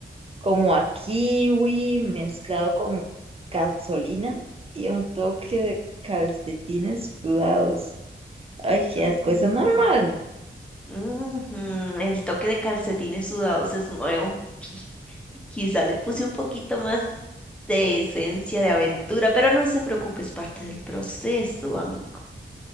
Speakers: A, on the right; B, in the centre.
A: como a kiwi mezclado con gasolina y un toque de calcetines sudados. Ay, qué
B: Mm.
A: asco, eso es normal.
B: Ujú, El toque de calcetines sudados es nuevo. <laughs> Quizá le puse un poquito más de esencia de aventura, pero no se preocupe, es parte del proceso, amigo.